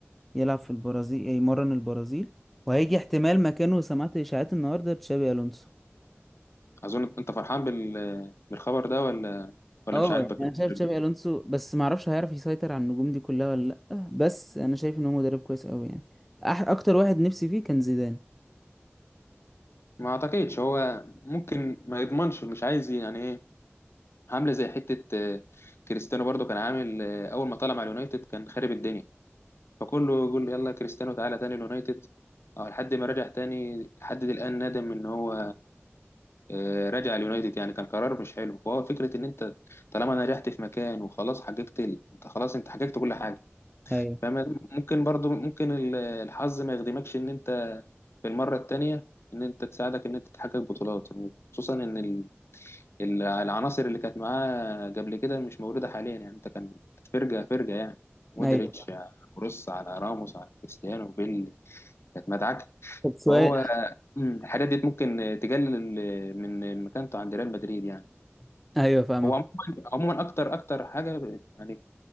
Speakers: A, in the centre; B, on the left.
A: يلعب في البرازيل يمرن البرازيل وهيجي احتمال مكانه سمعت اشاعات النهارده تشابي الونسو
B: اظن انت أنت فرحان بال... بالخبر ده ولا ولا
A: اه
B: مش عاجبك
A: يعني انا
B: الخبر
A: شايف تشابي
B: ده
A: الونسو بس ما اعرفش هيعرف يسيطر على النجوم دي كلها ولا لا بس انا شايف ان هو مدرب كويس قوي يعني أح اكتر واحد نفسي فيه كان زيدان
B: ما اعتقدش هو ممكن ما يضمنش مش عايز يعني ايه عامله زي حته آه، كريستيانو برضو كان عامل آه، اول ما طلع مع اليونايتد كان خارب الدنيا فكله يقول يلا كريستيانو تعالى تاني اليونايتد او لحد ما رجع تاني لحد دي الان ندم ان هو آه، رجع اليونايتد يعني كان قرار مش حلو فهو فكره ان انت طالما نجحت في مكان وخلاص حققت ال- انت خلاص انت حققت كل حاجه
A: ايوه
B: فاهم ممكن برضو ممكن ال- الحظ ما يخدمكش ان انت في المره التانيه ان انت تساعدك ان انت تحقق بطولات خصوصا ان ال- ال- العناصر اللي كانت معاه قبل كده مش موجوده حاليا يعني انت كان كانت فرقه فرقه يعني مودريتش
A: ايوه
B: على كروس على راموس على كريستيانو بيل كانت مدعكه
A: طب سؤال
B: فهو مم، الحاجات دي ممكن تقلل من مكانته عند ريال مدريد يعني
A: <laughs> ايوه فاهمك
B: هو عموما عموما اكتر اكتر حاجه يعني